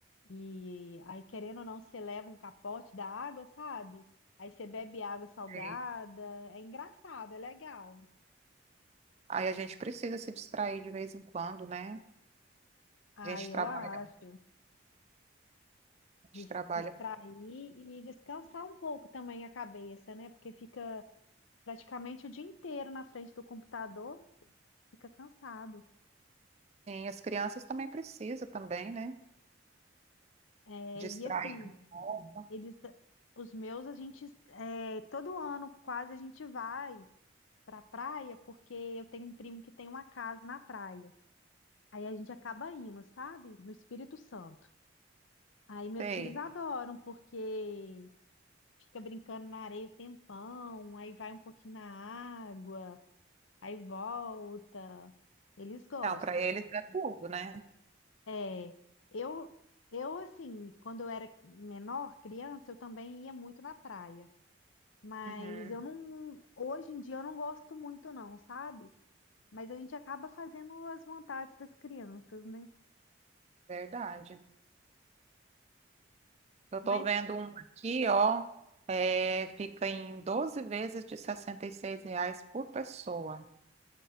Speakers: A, on the left; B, on the right.
A: e aí, querendo ou não, você leva um capote da água, sabe? Aí você bebe água salgada.
B: Sei.
A: É engraçado, é legal.
B: Aí a gente precisa se distrair de vez em quando, né?
A: Ah,
B: A gente
A: eu
B: trabalha,
A: acho.
B: a
A: Des-
B: gente trabalha.
A: distrair e descansar um pouco também a cabeça, né? Porque fica praticamente o dia inteiro na frente do computador, fica cansado.
B: Sim, as crianças também precisam também, né?
A: É,
B: Distrair
A: e assim,
B: um pouco.
A: eles, os meus, a gente, é, todo ano quase a gente vai pra praia, porque eu tenho um primo que tem uma casa na praia. Aí a gente acaba indo, sabe? No Espírito Santo. Aí meus
B: Sei.
A: filhos adoram, porque fica brincando na areia o tempão, aí vai um pouquinho na água. aí volta. Eles gostam.
B: Não, para eles é tudo, né?
A: É, eu, eu assim, quando eu era menor, criança, eu também ia muito na praia. Mas
B: Uhum,
A: eu não, hoje em dia eu não gosto muito não, sabe? Mas a gente acaba fazendo as vontades das crianças, né?
B: verdade. Eu
A: Mas,
B: tô vendo uma aqui, ó, é, fica em 12 vezes de 66 reais por pessoa.